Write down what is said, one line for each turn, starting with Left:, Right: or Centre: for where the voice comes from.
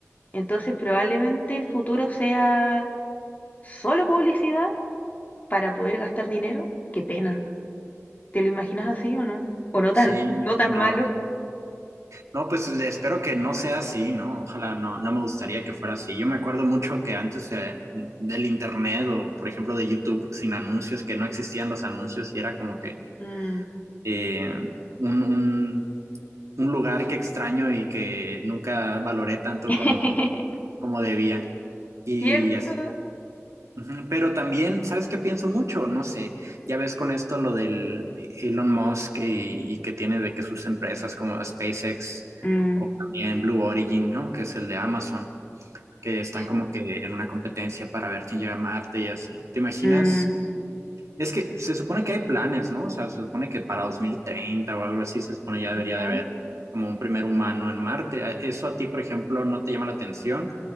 Left: Entonces probablemente el futuro sea solo publicidad para poder gastar dinero. Qué pena. ¿Te lo imaginas así o no? O no
Right: sí,
Left: tan, no tan
Right: no.
Left: malo.
Right: No, pues le- espero que no sea así, ¿no? Ojalá no, no me gustaría que fuera así. Yo me acuerdo mucho que antes eh, del internet o, por ejemplo, de YouTube sin anuncios, que no existían los anuncios y era como que
Left: Mm,
Right: eh, un, un- un lugar que extraño y que nunca valoré tanto
Left: <laughs>
Right: como, como debía. Y
Left: ¿Cierto?
Right: así Ujú, Pero también, ¿sabes qué pienso mucho? No sé, ya ves con esto lo del Elon Musk y, y que tiene de que sus empresas como SpaceX
Left: Mm,
Right: o también Blue Origin, ¿no? Que es el de Amazon, que están
Left: sí.
Right: como que en una competencia para ver quién llega a Marte y así. ¿Te imaginas?
Left: Mm,
Right: Es que se supone que hay planes, ¿no? O sea, se supone que para 2030 o algo así se supone ya debería
Left: Ya.
Right: de haber como un primer humano en Marte. ¿Eso a ti, por ejemplo, no te llama la atención?